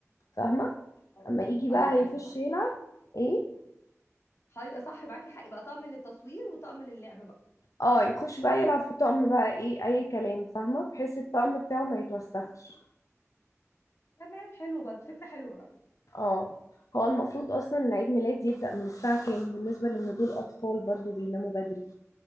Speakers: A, on the left; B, on the left.
A: فاهمة
B: اه
A: اما يجي
B: ايوه
A: بقى هيخش
B: ايوه صح
A: يلعب ايه
B: ايوه صح معاكي حق يبقى طقم للتصوير وطقم للعب بقى
A: اه يخش بقى يلعب في الطقم بقى ايه اي كلام فاهمه بحيث الطقم بتاعه ما يتوسخش
B: تمام حلو برضه فكره حلوه
A: اه هو المفروض اصلا إن عيد ميلاد يبدأ من الساعه كام بالنسبه لان دول اطفال برضو بيناموا بدري